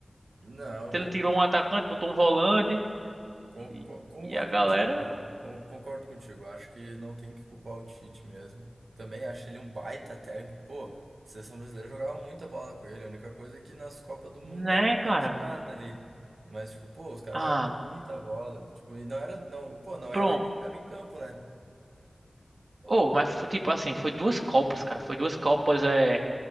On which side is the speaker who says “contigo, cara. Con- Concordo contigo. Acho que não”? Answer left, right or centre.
Right